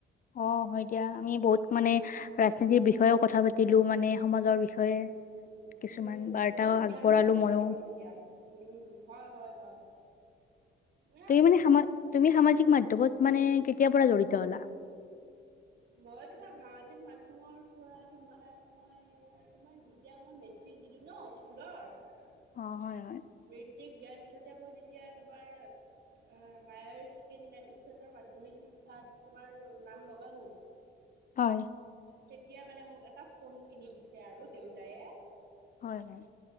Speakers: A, on the left; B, on the right.
A: অ', হয় দিয়া আমি বহুত মানে, ৰাজনীতিৰ বিষয়েও কথা প দিলো মানে সমাজৰ বিষয়ে,
B: উম,
A: কিছুমান
B: উম,
A: বাৰ্তাও
B: বহুত জ্ঞানমূলক
A: আগবঢ়ালো
B: কথা
A: ময়ও
B: পাতিছো দিয়া উম, হয় হয় হয়। এ
A: তুমি মানে তুমি সামাজিক মাধ্যমত মানে কেতিয়াৰ পৰা জড়িত হ'লা।
B: মই তোমাৰ সামাজিক মাধমৰ পৰা তোমাৰ মই তোমাৰ যেতিয়া মই। দিলো ন' স্কুলৰ। মৃতিক
A: অ', হয়, হয়,
B: দিয়াৰ পিছতে মই যেতিয়া তোমাৰ। হায়াৰ ছেকেণ্ডাৰী উচ্চতৰ মাধ্্যমিক শিক্ষাত তোমাৰ নাম লগালো।
A: হয়।
B: তেতিয়া মানে মোক এটা ফোন কিনি দিছে আৰু দেউতায়ে
A: হয় হয়।